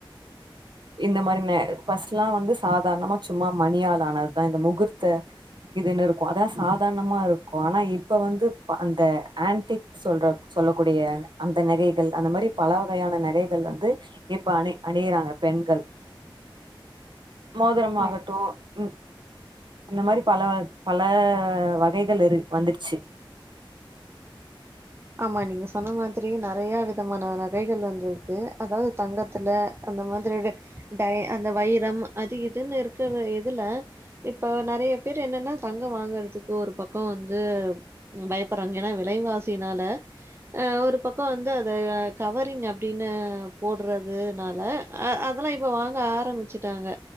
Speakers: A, on the right; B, on the right.
A: இந்த மாரி ல ஃபர்ஸ்ட்லா வந்து சாதாரணமா சும்மா மணியால் ஆனதுதா இந்த முகூர்த்த இதுன்னு இருக்கு அதா சாதாரணமாருக்கு ஆனா இப்ப வந்து ப அந்த ஆன்டிக் சொல்ற சொல்லக்கூடிய அந்த நகைகள் அந்த மாரி பல வகையான நகைகள் வந்து இப்ப அணி அணியிறாங்க பெண்கள் மோதிரம்
B: ஆ
A: ஆகட்டு ம் இந்த மாதிரி பல பல வகைகள் இரு வந்துடுச்சு
B: ஆமா நீங்க சொன்ன மாதிரி நெறைய விதமான நகைகள் வந்திருக்கு அதாவது தங்கத்துல அந்த மாதிரி இது அந்த வைரம் அது இதுன்னு இருக்கிற இதுல இப்ப நெறைய பேர் என்னன்னா தங்கம் வாங்கறதுக்கு ஒரு பக்கோ வந்து பயப்பட்றாங்க ஏனா விலைவாசினால அ ஒரு பக்கம் வந்து அத கவரிங் அப்படின்னு போடுறதுனால அ அதெல்லாம் இப்ப வாங்க ஆரம்பிச்சுட்டாங்க